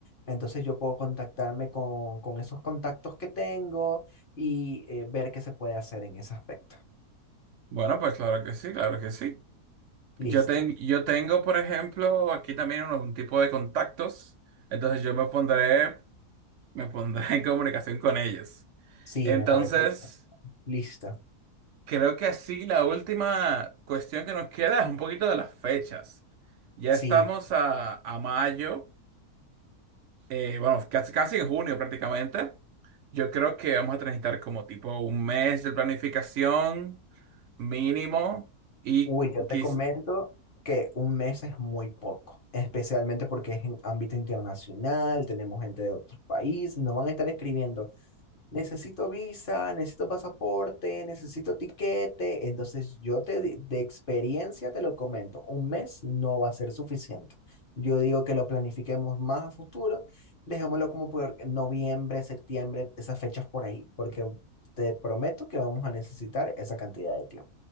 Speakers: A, on the left; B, on the right.
A: Entonces yo puedo contactarme con, con esos contactos que tengo y eh, ver qué se puede hacer en ese aspecto.
B: bueno, pues claro que sí, claro que sí.
A: ¿Listo?
B: Yo, ten- yo tengo, por ejemplo, aquí también unos- un tipo de contactos, entonces yo me pondré, me pondré <laughs> en comunicación con ellos.
A: Sí,
B: Entonces,
A: me parece. Lista.
B: creo que así la última cuestión que nos queda es un poquito de las fechas. Ya
A: Sí,
B: estamos a, a mayo. eh, bueno, casi, casi en junio prácticamente. Yo creo que vamos a necesitar como tipo un mes de planificación mínimo y
A: Uy, yo te
B: quiz...
A: comento que un mes es muy poco, especialmente porque es en ámbito internacional, tenemos gente de otros países, nos van a estar escribiendo, necesito visa, necesito pasaporte, necesito tiquete, entonces yo te, di- de experiencia te lo comento, un mes no va a ser suficiente. Yo digo que lo planifiquemos más a futuro, dejémoslo como por noviembre, septiembre, esas fechas por ahí, porque te prometo que vamos a necesitar esa cantidad de tiempo